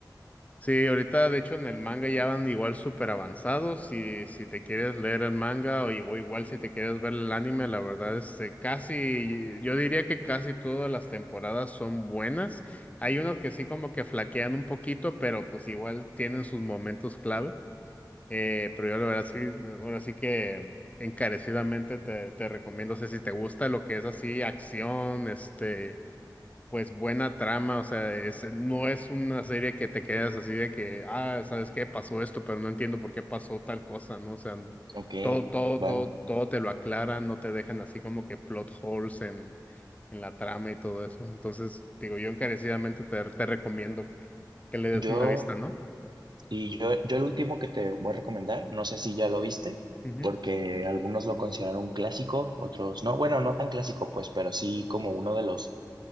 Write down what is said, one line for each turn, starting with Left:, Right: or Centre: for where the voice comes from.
Left: Sí, ahorita de hecho en el manga ya van igual súper avanzados. Si, si te quieres leer el manga o, i- o igual si te quieres ver el anime, la verdad es que casi, yo diría que casi todas las temporadas son buenas. Hay unos que sí como que flaquean un poquito, pero pues igual tienen sus momentos clave. Eh, pero yo la verdad sí, ahora sí que encarecidamente te, te recomiendo, o sea, si te gusta lo que es así, acción, este pues buena trama, o sea, es, no es una serie que te quedas así de que, ah, ¿sabes qué? Pasó esto, pero no entiendo por qué pasó tal cosa, ¿no? O sea,
Right: Ok.
Left: todo, todo, todo,
Right: Va,
Left: todo te lo aclaran, no te dejan así como que plot holes en, en la trama y todo eso. Entonces, digo, yo encarecidamente te, te recomiendo que, que le des
Right: Yo,
Left: una vista, ¿no?
Right: y yo, yo el último que te voy a recomendar, no sé si ya lo viste,
Left: Ujú.
Right: porque algunos lo consideran un clásico, otros no, bueno, no tan clásico pues, pero sí como uno de los